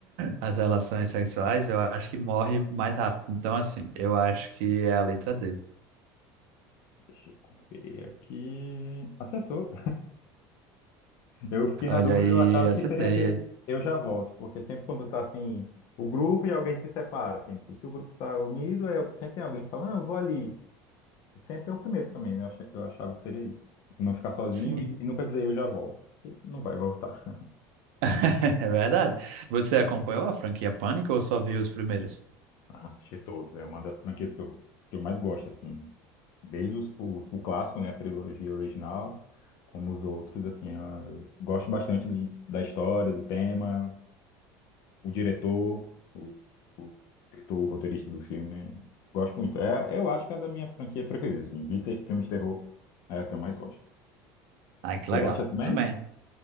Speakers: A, on the right; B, on the left.
A: as relações sexuais, eu acho que morre mais rápido. Então, assim, eu acho que é a letra D.
B: Deixa eu conferir aqui. Acertou. Eu fiquei
A: Olha
B: na dúvida,
A: aí,
B: eu achava
A: acertei.
B: que seria aquele eu já volto, porque sempre quando tá assim, o grupo e alguém se separa, assim, se o grupo tá unido, é- sempre tem alguém que fala, não, eu vou ali. Sempre é o primeiro também, né? Eu achei- eu achava que seria isso. Tipo, não ficar sozinho
A: Sim.
B: e, e nunca dizer eu já volto, porque não vai voltar.
A: <laughs> É verdade. Você acompanhou a franquia Pânico ou só viu os primeiros?
B: Ah, assisti todos. É uma das franquias que eu, que eu mais gosto, assim. Desde os- o, o clássico, né? A trilogia original, como os outros, assim. é, Eu gosto bastante de- da história, do tema, o diretor, o, o escritor, o roteirista do filme. Gosto muito. É, eu acho que é da minha franquia preferida, assim. De te- filmes de terror, é a que eu mais gosto.
A: Ai, que
B: Você
A: legal.
B: gosta também?
A: Eu também.